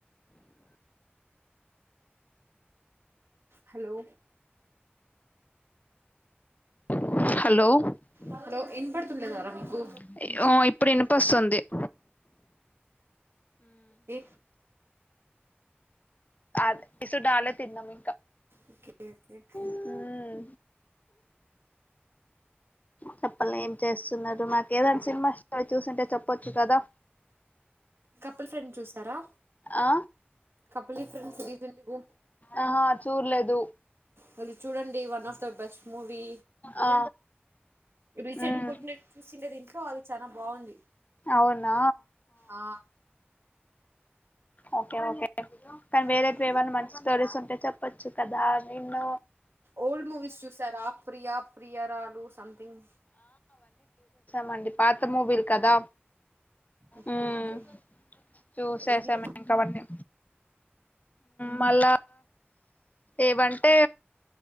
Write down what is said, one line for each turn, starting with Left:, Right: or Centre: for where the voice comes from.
Right: హలో
Left: అ హలోఓ
Right: హలో ఇనపడుతుండేదారా నీకు
Left: ఇప్పుడు ఎనిపిస్తుంది దే
Right: ఏ
Left: ఆద్ ఏసుడాలే తిన్నాను
Right: ఒకొక్క
Left: మ్మ్. చెప్పలే ఏం చేస్తున్నారు నాకు ఏదైనా సినిమా స్ చూసింటే చెప్పొచ్చు కదా
Right: కపుల్ ఫ్రెండ్ చూసారా
Left: ఆ
Right: కూప్లై ఫ్రెండ్స్ జీతెలుగు
Left: ఆహా చూడలేదు
Right: వెళ్లి చూడండి one of the best movie
Left: ఆ,
Right: రీసెంట్
Left: మ్మ్.
Right: ని కుట్టినట్టు చూసిండే ద దిట్లో అది చాలా బాగుంది
Left: అవునా
Right: ఆ
Left: ఓకే ఓకే కానీ వేరేతే
Right: ఓకే
Left: ఏమైన్నా మంచి స్టోరీస్ ఉంటే చెప్పచ్చు కదా నేన్ను
Right: ఓల్డ్ మూవీస్ చూసారా ప్రియా ప్రియరాలు సంథింగ్
Left: మండి పాత మోబిల్ కదా
Right: ఓకే
Left: మ్మ్.
Right: ఓకే
Left: చూసేసాం
Right: ఏది
Left: ఇంక అవన్నీ మళ ఏవంటే